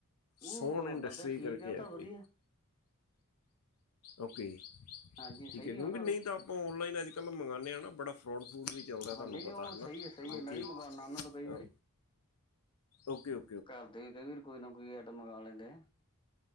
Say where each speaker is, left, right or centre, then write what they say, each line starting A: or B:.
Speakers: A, on the left; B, on the left.
A: ਸੋਹਨ
B: ਉਹ
A: ਇੰਡਸਟਰੀ
B: ਬੰਦਾ ਠੀਕ
A: ਕਰਕੇ
B: ਆ ਤਾਂ
A: ਐ
B: ਵਧੀਆ
A: ਕੋਈ ਓਕੇ,
B: ਹਾਂਜੀ
A: ਠੀਕ
B: ਸਹੀ
A: ਐ ਕਿਉਂਕਿ
B: ਆ ਉਹ
A: ਨਈ ਤਾਂ ਆਪਾਂ ਔਨਲਾਈਨ ਅੱਜ ਕੱਲ੍ਹ ਮੰਗਾਨੇ ਆ ਨਾ ਬੜਾ ਫਰੋਡ ਫਰੂਡ ਵੀ ਚੱਲਦਾ ਤੁਹਾਨੂੰ
B: ਹਾਂਜੀ
A: ਪਤਾ
B: ਨਹੀਂ ਉਹ
A: ਹਨਾ
B: ਸਹੀ ਹੈ ਸਹੀ
A: ਲੋਕੀ
B: ਹੈ ਮੈਂ ਵੀ ਮੰਗਵਾਉਦਾ
A: ਅਮ
B: ਉਹਨਾਂ ਤੋਂ ਕਈ ਵਾਰੀ
A: ਓਕੇ ਓ
B: ਘਰਦੇ ਵੀ ਕਈ ਵਾਰ ਕੋਈ ਨਾ ਕੋਈ ਐਟਮ ਮੰਗਾ ਲੈਂਦੇ ਨੇ